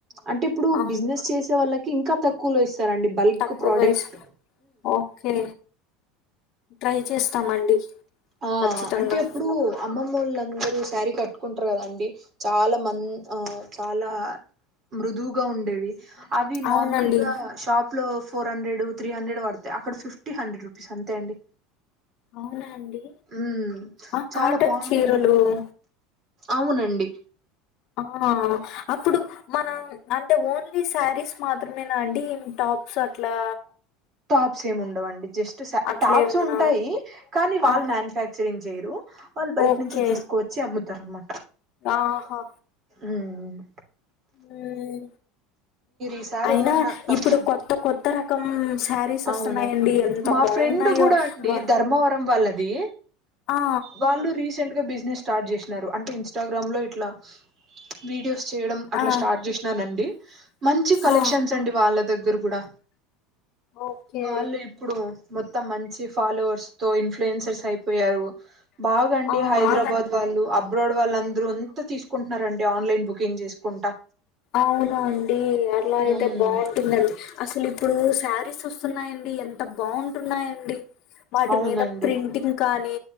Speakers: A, on the right; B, on the left.
A: అంటే ఇప్పుడు
B: అవును
A: బిజినెస్ చేసే వాళ్ళకి ఇంకా తక్కువలో ఇస్ తారండి బల్క్
B: తక్కువ
A: ప్రోడక్ట్
B: వయసు ఓకే ట్రై చేస్తామండి
A: ఆ
B: ఖచ్చితంగా
A: అంటే ఎప్పుడు అమ్మమ్మోళ్ళ అందరూ శారీ కట్టుకుంటారు కదండి చాలా మన్ ఆ చాలా మృదువుగా ఉండేవి అవి
B: అవునండి
A: నార్మల్ గా షాప్ లో ఫోర్ హండ్రెడ్ త్రీ హండ్రెడ్ పడతాయి అక్కడ ఫిఫ్టీ హండ్రెడ్ రూపీస్ అంతే అండి
B: అవునా అండి
A: మ్మ్
B: ఆ
A: చాలా
B: కాటన్
A: బాగుంటున్నట్
B: చీరలు
A: అవునండి
B: ఆ అప్పుడు మనం అంటే ఓన్లీ శారీస్ మాత్రమేనా అండి ఎన్ టా టాప్స్ అట్లా
A: టాప్స్ ఏమి ఉండవండి జస్ట్ స
B: అట్లా
A: టాప్స్
B: ఏమన్నా
A: ఉంటాయి కానీ వాళ్ళు
B: ఆ!
A: మ్యానుఫ్యాక్చరింగ్ చేయిరు వాళ్ళు బయట
B: ఓకే.
A: నుంచి తీసుకువచ్చి అమ్ముతారనమా
B: ఆహా
A: మ్మ్
B: మ్మ్
A: ఈసారి
B: అయినా
A: ఏమన్నా తప్
B: ఇప్పుడు కొత్త కొత్త రకం శారీస్ వస్తున్నాయండి
A: అవును
B: ఎంత
A: మా
B: బావున్నాయో.
A: ఫ్రెండ్ కూడా అండి
B: వ
A: ధర్మవరం వాళ్ళది
B: ఆ!
A: వాళ్ళు రీసెంట్ గా బి బ స్టార్ట్ చేసినారు అంటే ఇన్స్టాగ్రామ్ లో ఇట్లా వడియో చేయడం అట్లా
B: ఆ!
A: స్టార్ట్ చేసినానండి మంచి కలెక్షన్స్
B: ఆ!
A: అండి వాళ్ళ దగ్గర కూడా
B: ఓకే.
A: వాళ్ళు ఇప్పుడు మొత్తం మంచి ఫాలోవర్స్ తో ఇన్ఫ్లుయెన్సర్స్ అయిపోయారు బాగండి
B: ఆ!
A: హైదరాబాద్ వాళ్ళు అబ్రాడ్ వాళ్ళు అందరూ అంతా తీసుకుంటున్నారండి ఆన్లైన్ బుకింగ్ చేసుకుంటా
B: అవునా అండి అలా అయితే
A: ఉమ్
B: బాగుంటుందండి అసలు ఇప్పుడు శారీస్ వస్తున్నాయండి ఎంత బాగుంటున్నాయండి వాటి
A: అవునండి
B: మీద ప్రింటింగ్ కానీ